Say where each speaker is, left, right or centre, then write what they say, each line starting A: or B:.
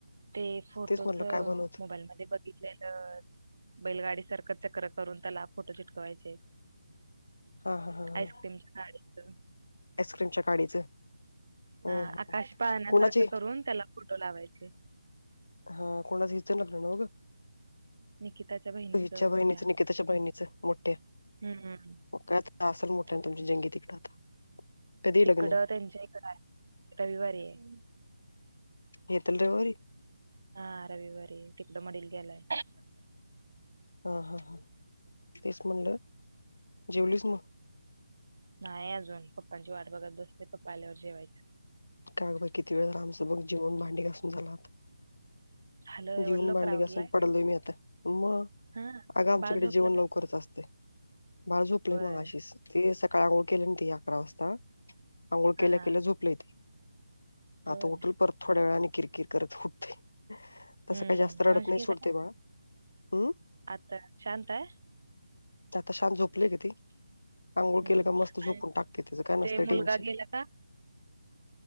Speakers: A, on the right; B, on the left.
A: ते फोटोच
B: तेच म्हणलं काय बनवते
A: मोबाईल मध्ये बघ दिलेलं बैलगाडी सारखं चक्र करून त्याला फोटो चिटकवायचे
B: हा हा हा हा
A: आईस्क्रीमच्या काडीच
B: आईस्क्रीमच्या गाडीचं ह
A: हा आकाश पाळण्यात
B: कोणाची
A: म्हणून त्याला फोटो लावायचे
B: हा कोंणाच हिचं लग्न नव्हना
A: निकिताच्या बहिणीचं
B: हिच्या बहिणीच
A: मोठ्या
B: निकिताच्या बहिणीच मोठ्या
A: हम्म
B: काय असल मोठं
A: तिक-
B: तुमची जंगी तिकडं आता कधी
A: तिकडं
B: लग्न
A: त्यांच्या इकडं आहे रविवारी आहे
B: येेताला रविवारी
A: हा रविवारी तिकडं मडील गेलाय
B: हा हा हा तेच म्हणलं जेवलीच मग?
A: नाही अजून पप्पांची वाट बघत बसते पप्पा आल्यावर जेवायचं
B: का ग बाई किती वेळ आमचं जिवून भांडी घासून झालात
A: झालं एवढं
B: जीवून
A: लवकर
B: भांडी
A: आवरलाय
B: घासून पडलोय मी आता मग
A: हा
B: अगं आमच्याकडे
A: बाळ झोपलं
B: जेवन
A: काय
B: लवकरच असते बाळ झोपले
A: होय
B: मगाशी ते सकाळी अंघोळ केले ना ते अकरा वाजता अंघोळ
A: हा
B: केल्या
A: हा
B: केलं झोपले ते
A: होय
B: आता उठलं परत थोड्या वेळाने किरकिर करत उठते तसं
A: हम्म
B: काही जास्त रडत
A: वंश
B: नाही
A: गेला
B: सोडते
A: काय
B: बाळा हम्म
A: आता शांता
B: आता शांत झोपलेय ग ते अंघोळ
A: हम्म,
B: केलं
A: हम्म.
B: का मस्त झोपून
A: आणि
B: टाकते त्याच काय
A: ते
B: नसतं
A: मुलगा
B: टेन्शन
A: गेला का